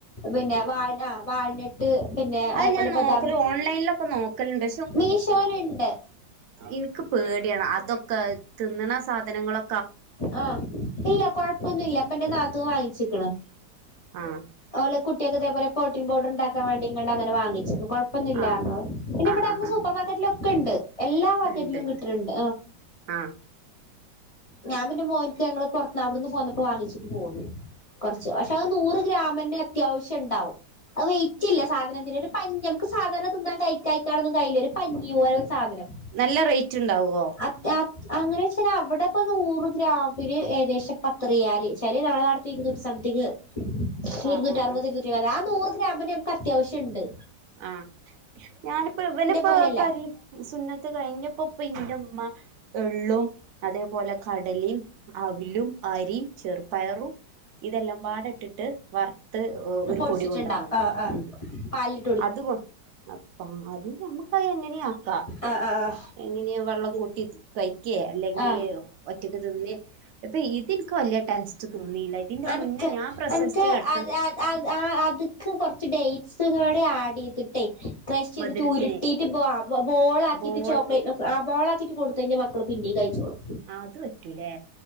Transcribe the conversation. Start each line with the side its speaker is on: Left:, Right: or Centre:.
Left: പിന്നെ വാൾനാ ആഹ് വാൾനട്ട് പിന്നെ
Right: അത്
Left: അതേപോലെ
Right: ഞാൻ
Left: ബദാമ്
Right: നോക്കല് ഓൺലൈനിലൊക്കെ നോക്കലുണ്ട്
Left: മീഷോല്ണ്ട്
Right: ഇൻക്ക് പേട്യാണ് അതൊക്കെ തിന്ന്ണ സാധനങ്ങളൊ
Left: ആഹ് ഇല്ല കൊഴപ്പൊന്നുല്ല ഇപ്പന്റെ നാത്തൂൻ വാങ്ങിച്ചിക്ക്ണ്
Right: ആഹ്
Left: ഓലെ കുട്ട്യേക്ക് ഇതേപോലെ പ്രോട്ടീൻ പൗഡറ്ണ്ടാക്കാം വാണ്ടി ങ്ങണ്ട് അങ്ങെനെ വാങ്ങിച്ച് കൊഴ പ്പൊന്നൂല്ലാർഞ്ഞു
Right: ആഹ്
Left: ഓള് പിന്നെ
Right: ആഹ്
Left: വടെ
Right: ആഹ് ആഹ്
Left: സൂപ്പർ മാർക്കറ്റിലൊക്കെ ണ്ട് എല്ലാ മാർക്കറ്റിലും
Right: ഉണ്ട്
Left: കിട്ട്ണ്ട്
Right: ആഹ്
Left: ഞാ പിന്നെ മോൻക്ക് ഞങ്ങള് പൊർത്ത് അവ്ട്ന്ന് പോന്നപ്പോ വാങ്ങിച്ചിട്ട് പോന്നു കൊറച്ച് പക്ഷെ അത് നൂറ് ഗ്രാമെന്നെ അത്യാവശ്യം ണ്ടാവും അത് വെയിറ്റില്ല സാധനത്തിന് ഒരു പഞ്ഞി മ്മക്ക് സാധാരണ തിന്നാൻ കയ് കയ്ക്കാനൊന്നും കയ്യില്ല ഒരു പഞ്ഞി പോലെ ഒര് സാധനം
Right: നല്ല റൈറ്റ് ണ്ടാവോ
Left: അത്യാ അങ്ങനോയ്ച്ചാല് അവടെ ഇപ്പൊ നൂറ് ഗ്രാമിന് ഏകദേശം പത്ത് റിയാല് ച്ചാല് നമ്മളെ നാട്ട്ത്തെ ഇരുന്നൂറ്റി സംതിങ് ഇര്ന്നൂറ്റി
Right: ആഹ് ആഹ്
Left: അർവത്
Right: ആഹ്
Left: ഇരുന്നൂറ്റി എയ്പത് ആ നൂറ് ഗ്രാമന്നെ മ്മക്ക് അത്യാവശ്യംണ്ട്
Right: ആഹ് ഞാന്പ്പൊ ഇവന്പ്പൊ
Left: പോലെയല്ല
Right: കല് സുന്നത്ത് കഴിഞ്ഞപ്പൊ ഇപ്പ ഇന്റെ മ്മ എള്ളും അതേപോലെ കടലിം, അവിലും അരിം, ചെർപയറും ഇതെല്ലാം പാടെ ഇട്ടിട്ട് വറുത്ത് ഒരു
Left: പൊടിച്ചിട്ടുണ്ടാ
Right: പൊടി കൊണ്ടുവന്നതാ
Left: ആ
Right: ഉം
Left: <unintelligible>
Right: അത് കൊ അപ്പം അത് നമ്മക്ക് അത് എങ്ങനേം ആക്കാം
Left: ആഹ് ആഹ്
Right: ഇങ്ങനെ വെള്ളം കൂട്ടി കഴിക്കേ അല്ലെങ്കി
Left: ആ ആ
Right: ഒറ്റ റ്റക്ക് തിന്നേ അപ്പൊ ഇതെനിക്ക് വല്യ ടേ സ്റ്റ് തോന്നിയില്ല ഇതിന്റെ
Left: അനക്ക്
Right: മുന്നേ ഞാൻ പ്രസവിച്ച്
Left: എനിക്ക്
Right: കിടക്കണ
Left: അത് ഞാൻ അത് ആഹ് അത്ക്ക് കൊറച്ച് ഡേറ്റ്സ് കൂടെ ആഡ് ചെയ്തി ട്ടേ ക്രഷ് ചെയ്തിട്ട്
Right: മധുരത്തിന്
Left: ഉരുട്ടീട്ട് ബോ ബോ ബോള് ആക്കീട്ട്
Right: ബോൾ
Left: ചോക്ലേറ്റ് ആഹ് ബോള് ആക്കീട്ട് കൊടുത്ത് കഴിഞ്ഞാ മക്കള് പിന്നേം കഴിച്ചോളും
Right: അത് പറ്റും ല്ലേ